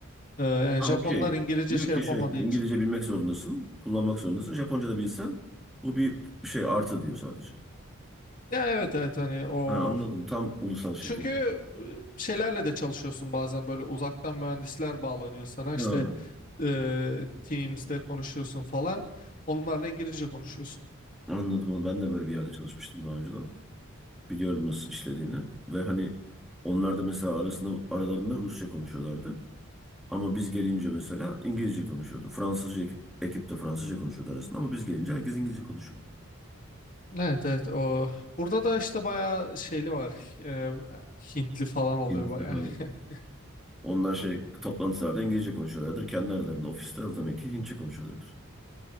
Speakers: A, on the left; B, in the centre.
A: E, yani
B: Ha
A: Japonlar
B: okey.
A: İngilizce
B: Diyor
A: şey
B: ki
A: yapamadığı
B: şey İngilizce
A: için.
B: bilmek zorundasın. Kullanmak zorundasın. Japonca da bilsen bu bir şey artı diyor sadece.
A: Ya evet evet hani o
B: Ha, anladım. Tam ulusal şirket.
A: çünkü e, şeylerle de çalışıyorsun bazen böyle uzaktan mühendisler bağlanıyor sana
B: Ha,
A: işte e, Teams'de konuşuyorsun falan. Onlarla İngilizce konuşuyorsun.
B: anladım onu. Ben de böyle bir yerde çalışmıştım daha önceden. Biliyorum nasıl işlediğini. Ve hani onlar da mesela arasında aralarında Rusça konuşuyorlardı. Ama biz gelince mesela İngilizce konuşuyordu. Fransızca ekip, ekip de Fransızca konuşuyordu arasında ama biz gelince herkes İngilizce konuşuyor.
A: Evet evet o burada da işte bayağı şeyli var. E, Hintli falan
B: <laughs>
A: oluyor
B: Hintli,
A: bayağı.
B: ha.
A: <laughs>
B: Onlar şey toplantılarda İngilizce konuşuyorlardır. Kendi aralarında ofiste o demek ki Hintçe konuşuyorlardır.